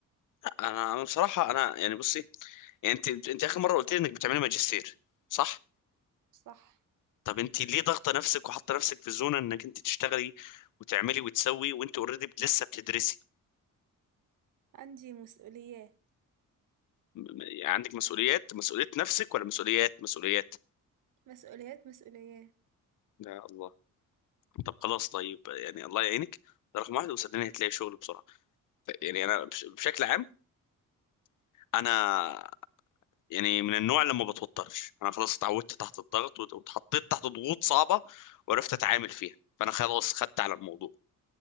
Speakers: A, on the left; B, on the right.
A: لا، انا انا بصراحه انا يعني بصي يعني انت انت اخر مره قلت لي انك بتعملي ماجستير صح
B: صح
A: طب انت ليه ضاغطه نفسك وحاطه نفسك في الزونه انك انت تشتغلي وتعملي وتسوي وانت اوريدي لسه بتدرسي
B: عندي مسؤوليات
A: م- م- عندك مسؤوليات مسؤولية نفسك ولا مسؤوليات مسؤوليات
B: مسؤوليات مسؤوليات
A: يا الله طب خلاص طيب يعني الله يعينك ده رقم واحد وصدقني هتلاقي شغل بسرعة يعني أنا بش- بشكل عام أنا يعني من النوع اللي ما بتوترش أنا خلاص اتعودت تحت الضغط وت- واتحطيت تحت ضغوط صعبة وعرفت أتعامل فيها فأنا خلاص خدت على الموضوع